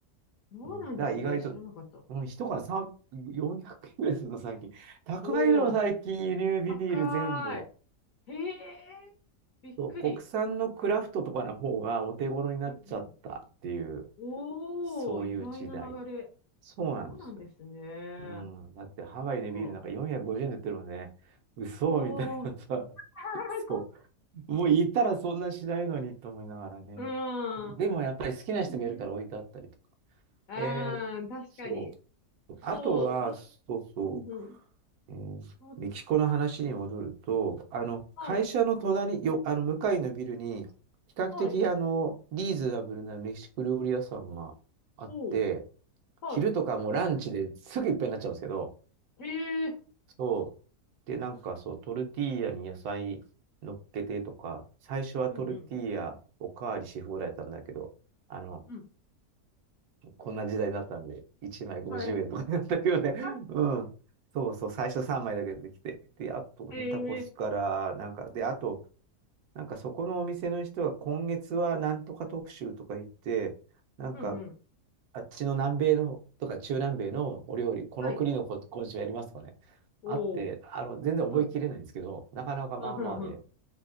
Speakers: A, on the left (about 65°); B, on the right (about 75°).
A: そうなんですね。
B: うん、だから意外と、
A: 知らなかった。
B: うん、一缶3、400円ぐらいするの最近。<laughs> 高いの最近輸入ビール全部。
A: おお、高い。へえ、びっくり。
B: そう、国産のクラフトとかの方がお手頃になっちゃったっていう、
A: うんうん。おお、
B: そういう時代。
A: 意外な流れ。
B: そうなんですよ。
A: そうなんですね。
B: うん。だってハワイでビールなんか450円で売ってるもんね。
A: そっか。
B: 嘘みたいなさ。
A: おお、<laughs> は
B: <laughs>
A: いこ
B: そう。もう行ったらそんなしないのにと思いながらね。
A: うん。
B: でもやっぱり好きな人がいるから置いてあったりとか。
A: そうね。ああ、
B: えーそ
A: 確かに。
B: う。
A: そう。
B: あとは、
A: で、
B: そうそ
A: うんうん。
B: う、えーメキシコの話に戻ると、
A: あ
B: あの、
A: はい。
B: 会社の隣、よ、あの、向かいのビルに、比較的、
A: はい。
B: あの、リーズナブルなメキシコ料理屋さんがあって、
A: おう。は
B: 昼とかもうランチですぐいっぱいになっちゃうんですけど、
A: い。へえ。
B: そう。で、なんかそう、トルティーヤに野菜乗っけてとか、最初はトルティーヤおかわりし放題だったんだけど、
A: うんうん。
B: あの、
A: うん。
B: こんな時代になったんで、1枚50円とかになったけどね。
A: はい。
B: <laughs>
A: は
B: うん。そうそう、最初3枚だけ出てきて。で、あと、
A: い。へえ。
B: タコスから、なんか、で、あと、なんかそこのお店の人は今月はなんとか特集とか言って、なんか
A: うんうん。
B: あっちの南米のとか中南米のお料理、この国のこ今週やりますとかね、
A: はい。おう。
B: あって、あの、全然覚えきれないんですけど、
A: はい。
B: なかなかまあまあで、
A: うん、うん、うん。